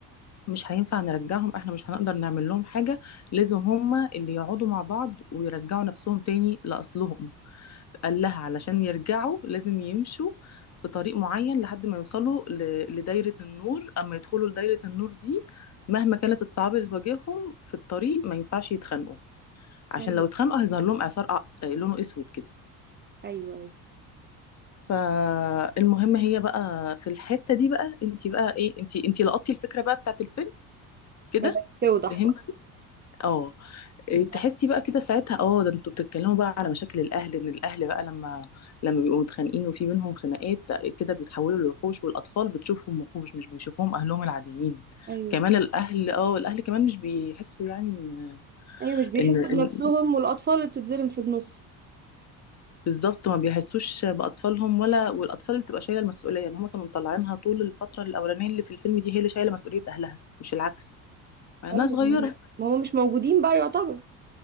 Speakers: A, on the left (about 35°); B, on the right (about 25°).
A: مش هينفع نرجعهم احنا مش هنقدر نعمل لهم حاجه لازم هم اللي يقعدوا مع بعض ويرجعوا نفسهم تاني لاصلهم قال لها علشان يرجعوا لازم يمشوا في طريق معين لحد ما يوصلوا ل- لدايرة النور أما يدخلوا لدايرة النور دي مهما كانت الصعاب اللي تواجههم في الطريق ما ينفعش يتخانقوا عشان
B: ايوه
A: لو اتخانقوا هيظهر لهم إعصار أ- لونه أسود كده
B: ايوه ايوه
A: فالمهم هي بقى في الحتة دي بقى انت بقى ايه انت انت لقطتي الفكرة بقى بتاعت الفيلم كده
B: بدات توضح
A: فهمتي
B: بقى
A: اه
B: مم.
A: إيه، تحسي بقى كده ساعتها اه ده انتوا بتتكلموا بقى على مشاكل الاهل ان الاهل بقى لما لما بيبقوا متخانقين وفي بينهم خناقات ده كده بيتحولوا لوحوش والاطفال بتشوفهم وحوش مش بيشوفوهم اهلهم العاديين
B: ايوه
A: كمان الاهل اه الاهل كمان مش بيحسوا يعني ان
B: ايوه مش بيحسوا
A: ان, إن
B: بنفسهم والاطفال اللي بتتظلم في النص
A: بالظبط ما بيحسوش باطفالهم ولا والاطفال اللي تبقى شايله المسؤوليه ان هم كانوا مطلعينها طول الفتره الاولانيه اللي في الفيلم دي هي اللي شايله مسؤوليه اهلها مش العكس مع انها
B: ايوه
A: صغيره
B: ما هم ما هم مش موجودين بقى يعتبر